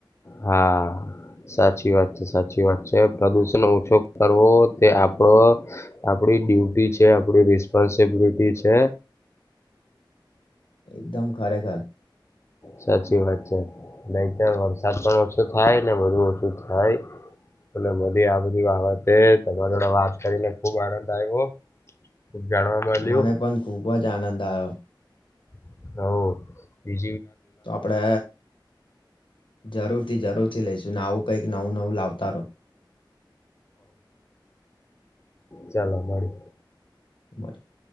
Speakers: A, on the left (about 35°); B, on the left (about 80°).
A: હા સાચી વાત છે સાચી વાત છે પ્રદુષણ ઓછો કરવો તે આપડો આપડી ડ્યુટી છે આપડી રિસ્પોન્સબિલિટી છે.
B: એકદમ ખરેખર.
A: સાચી વાત છે નહીતર વરસાદ પણ ઓછો થાય ને બધું ઓછું થાય અને મધી આ બધી વાબતે તમારી જોડે વાત કરીને ખુબ આનંદ આવ્યો. ખુબ જાણવા મળ્યું
B: મને પણ ખૂબ જ આનંદ આવ્યો.
A: હ <unintelligible>
B: તો આપડે જરૂરથી જરૂર થી લઈશ. ના આવું કંઈક નવું નવું લાવતા રહો.
A: ચાલ મઙીએ
B: તમારે <unintelligible>